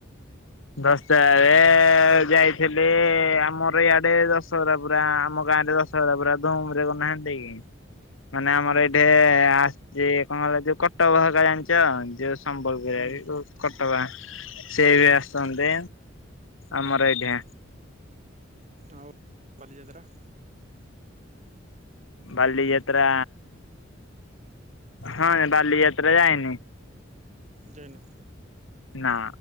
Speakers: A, on the left; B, on the right.
A: ଦଶଟାରେ ଯାଇଥିଲି ଆମର ଇଆଡେ ଦଶହରା ପୁରା ଆମ ଗାଁ ରେ ଦଶ ପୁରା ଧମରେ କହାନ୍ତି କିି ମାନେ ଆମର
B: ହୁଁ
A: ଏଇଠି ଆସିଛି କଣ କଲା ଯୋଉ କଟକହାଗ ଜାଣିଛ ଯୋଉ ସମ୍ବଲ ବିରି
B: ହୁଁ
A: କଟବା ସେଇ ବି ସନ୍ଦେ ଆମର ଏଇଠି।
B: ଆଉ ବାଲିଯାତ୍ରା।
A: ବାଲିଯାତ୍ରା ହଁ ବାଲିଯାତ୍ରା ଯାଇନି।
B: ଯାଇନୁ
A: ନାଁ।